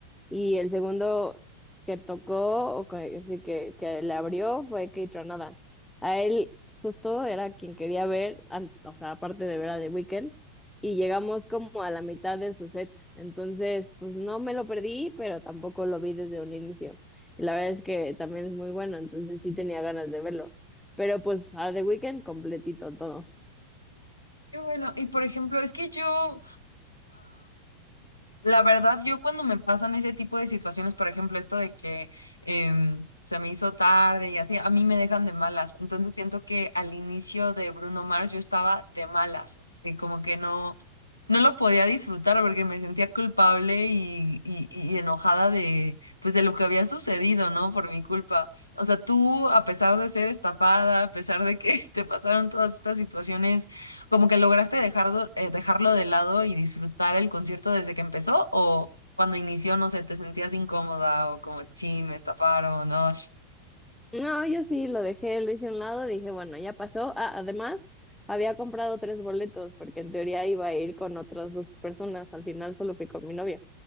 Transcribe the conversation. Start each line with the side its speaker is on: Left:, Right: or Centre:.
Centre: Y el segundo que tocó, o que, así que, que le abrió, fue Kate Ranada. A él justo era quien quería ver, an- o sea, aparte de ver a The Weeknd, y llegamos como a la mitad de su set. Entonces, pues no me lo perdí, pero tampoco lo vi desde un inicio. Y la verdad es que también es muy bueno, entonces sí tenía ganas de verlo. Pero pues a The Weeknd completito todo.
Left: Qué bueno, y por ejemplo, es que yo... La verdad, yo cuando me pasan ese tipo de situaciones, por ejemplo, esto de que em, se me hizo tarde y así, a mí me dejan de malas. Entonces siento que al inicio de Bruno Mars yo estaba de malas, y como que no, no lo podía disfrutar porque me sentía culpable y, y, y enojada de, pues, de lo que había sucedido, ¿no? Por mi culpa. O sea, tú, a pesar de ser estafada, a pesar de que <laughs> te pasaron todas estas situaciones como que lograste dejarlo, eh, dejarlo de lado y disfrutar el concierto desde que empezó o cuando inició, no sé, te sentías incómoda o como, chin, me estafaron, no.
Centre: No, yo sí lo dejé, lo hice a un lado, dije, bueno, ya pasó. Ah, además, había comprado tres boletos porque en teoría iba a ir con otras dos personas, al final solo fui con mi novia.